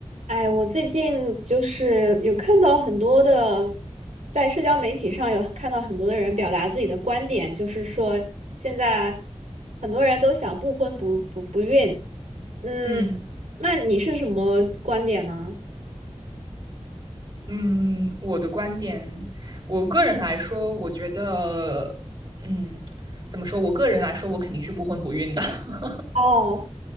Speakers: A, on the right; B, on the right.
A: 哎，我最近就是有看到很多的，在社交媒体上有看到很多的人表达自己的观点，就是说现在很多人都想不婚不不不孕。嗯，
B: 嗯
A: 那你是什么观点呢？
B: 嗯，我的观点，我个人来说，我觉得，嗯，怎么说？我个人来说，我肯定是不婚不孕的。<laughs>
A: 哦，